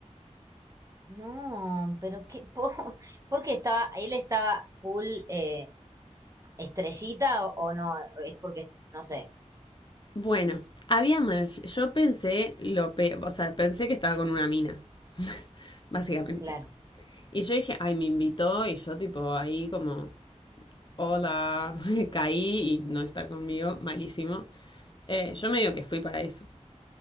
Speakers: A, on the right (about 25°); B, on the left (about 40°).
A: No, pero qué po <laughs> ¿por qué estaba, él estaba full eh, estrellita o, o no, es porque, no sé,
B: Bueno, había mal. Yo pensé lo pe- o sea, pensé que estaba con una mina, básicamente.
A: claro.
B: Y yo dije, ay, me invitó, y yo tipo ahí como, hola, <laughs> caí y no está conmigo, malísimo. Eh, yo medio que fui para eso.